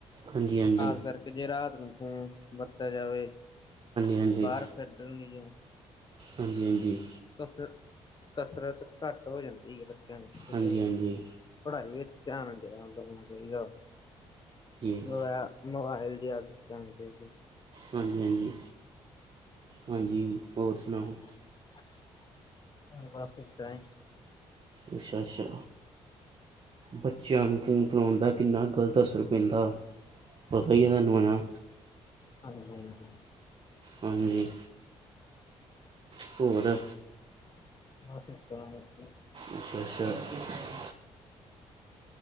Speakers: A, on the right; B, on the left.
A: ਹਾਂਜੀ ਹਾਂਜੀ
B: ਖਾਸ
A: ਹਾਂਜੀ
B: ਕਰਕੇ ਜੇ ਰਾਤ ਨੂੰ ਫੋਨ ਵਰਤਿਆ ਜਾਵੇ।
A: ਹਾਂਜੀ
B: ਬਾਹਰ ਖੇਡਣ ਲਈ ਜਾਓ।
A: ਹਾਂਜੀ ਹਾਂਜੀ।
B: ਕਸਰ ਕਸਰਤ ਘੱਟ ਹੋ ਜਾਂਦੀ ਹੈ। ਚੰਗਾ ਫਿਰ
A: ਹਾਂਜੀ ਹਾਂਜੀ ਹਾਂਜੀ
B: ਚੰਗਾ ਪੜਾਈ ਵਿਚ ਧਿਆਨ ਜਾਦਾ ਜਾਣਾ ਚਾਹੀਦਾ।
A: ਹਾਂਜੀ
B: ਮੋਬ ਮੋਬਾਇਲ ਦੀ ਆਦਤ ਛੜਾਉਣੀ ਚਾਹੀਦੀ।
A: ਹਾਂਜੀ, ਹਾਂਜੀ, ਹਾਂਜੀ। ਹੋਰ ਸੁਣਾਓ
B: ਹਮ ਬਸ ਚ ਆਈ।
A: ਅੱਛਾ ਅੱਛਾ ਬੱਚਿਆਂ ਨੂੰ ਫੋਨ ਫੜਾਉਣ ਦਾ ਕਿੰਨਾ ਗਲਤ ਅਸਰ ਪੈਂਦਾ। ਪਤਾ ਹੀ ਹੈ ਤੁਹਾਨੂੰ ਹਨਾਂ।
B: ਹਾਂਜੀ ਹਾਂਜੀ।
A: ਹਾਂਜੀ। ਹੋਰ
B: ਬਸ ਏਦਾ ਕਰ ਕੇ।
A: ਅੱਛਾ ਅੱਛਾ।